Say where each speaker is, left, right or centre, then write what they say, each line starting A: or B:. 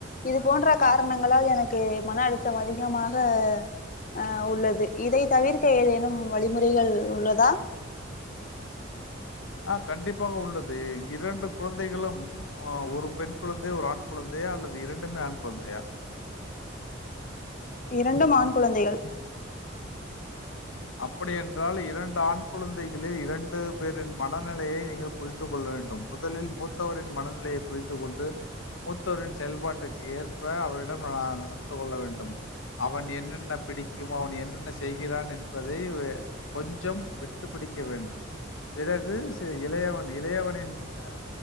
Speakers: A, on the left; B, on the left.
A: இது போன்ற காரணங்களால் எனக் கு மன அழுத்தம் அதிகமாக ஆ உள்ளது இதை தவிர்க்க ஏதேனும் வழிமுறைகள் உள்ளதா
B: ஆ கண்டிப்பாக உள்ளது இரண்டு குழந்தைகளும் ஆ ஒரு பெண் குழந்தை ஒரு ஆண் குழந்தையா அல்லது இரண்டுமே ஆண் குழந்தையா
A: இரண்டும் ஆண் குழந்தைகள்
B: அப்படியென்றால் இரண்டு ஆண் குழந்தைகளே இரண்டு பேரின் மனநிலையை நீங்கள் புரிந்து கொள்ள வேண்டும் முத் தலில் மூத்தவரின் மனநிலையை புரிந்து கொண் டு மூத்தோரின் செயல்பாட்டுக்கு ஏற்ப அவரிடம் ந நடந்து கொள்ள வேண்டும் அவன் என்னென்ன பிடிக்கும் அவன் என்னென்ன செய்கிறான் என் பதை கொஞ்சம் விட்டு பிடிக்க வேண்டும் பிறகு ச இளையவன் இளையவனின் ஆ